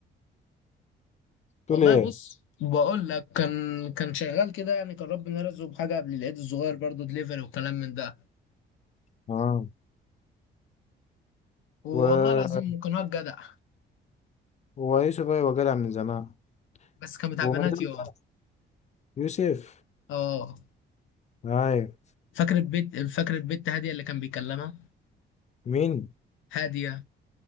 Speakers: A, on the left (about 35°); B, on the left (about 80°).
A: تقول
B: والله
A: ايه
B: بص بقول لك كان كان شغال كده يعني كان ربنا رزقه بحاجه قبل العيد الصغير برضه دليفري وكلام من ده
A: اه
B: والله
A: و...
B: العظيم كان واد جدع
A: هو يوسف ايوه جدع من زمان
B: بس كان بتاع
A: وما
B: بنات
A: زال
B: يا
A: جدع. يوسف
B: اه
A: ايوه
B: فاكر البيت فاكر البت هاديه اللي كان بيكلمها
A: مين
B: هاديه